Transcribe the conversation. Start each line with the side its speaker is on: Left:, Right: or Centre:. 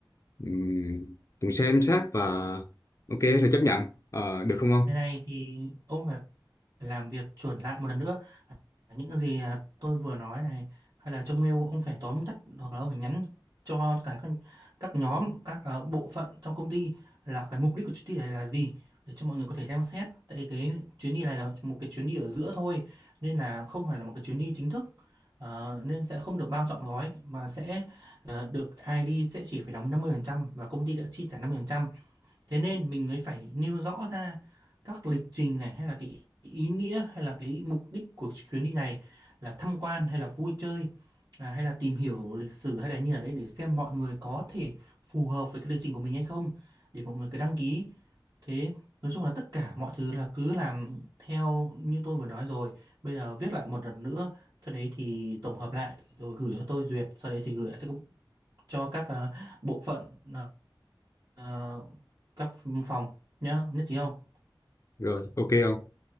Left: ừm, cùng xem xét và ok rồi chấp nhận Ờ, được không ông
Right: cái này thì ông phải làm việc chuẩn lại một lần nữa những gì à, tôi vừa nói này hay là trong mail ông phải tóm tắt hoặc là ông phải nhắn cho tất cả các các nhóm các ờ, bộ phận trong công ty là cái mục đích của chuyến đi này là gì để cho mọi người có thể xem xét tại cái chuyến đi này là một cái chuyến đi ở giữa thôi nên là không phải là một cái chuyến đi chính thức Ờ, nên sẽ không được bao trọn gói mà sẽ ờ, được ai đi sẽ chỉ phải đóng 50% và công ty đã chi trả năm mươi phần trăm Thế nên mình mới phải nêu rõ ra các lịch trình này hay là cái ý nghĩa hay là cái mục đích của chuyến đi này là tham quan hay là vui chơi à, hay là tìm hiểu lịch sử hay là như là đấy để xem mọi người có thể phù hợp với cái lịch trình của mình hay không để mọi người cứ đăng ký. Thế nói chung là tất cả mọi thứ là cứ làm theo như tôi vừa nói rồi. Bây giờ viết lại một lần nữa, sau đấy thì tổng hợp lại rồi gửi cho tôi duyệt, sau đấy thì gửi lại cho, cho các à, bộ phận à, Ờ, cấp phòng nhá nhất trí không
Left: rồi ok không